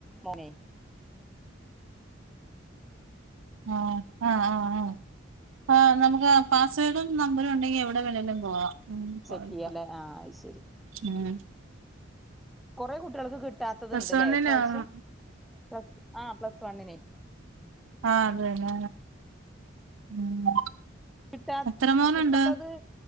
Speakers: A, in the centre; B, on the right.
A: മോനെ
B: ആഹ് ആഹ് ആഹ് ആഹ് ആഹ് നമക്ക് പാസ്വേഡും നമ്പറും ഉണ്ടെങ്കിൽ എവിടെ വേണലും പോവാ ഉം കോട്ക്ക
A: ചെക്ക് ചെയ്യാലേ ആഹ് അത് ശരി
B: ഉം
A: കുറെേ കുട്ടികൾക്ക് കിട്ടാത്തത്ണ്ട്ല്ലേ
B: പ്ലസ് വണ്ണിന്
A: ഇപ്രാവശ്യം
B: ആഹ്
A: പ്ലസ് ആഹ് പ്ലസ് വണ്ണിന്
B: ആഹ് അതേല്ലേ ഉം
A: കിട്ടാ
B: എത്ര മോനുണ്ട്
A: കിട്ടാത്തത്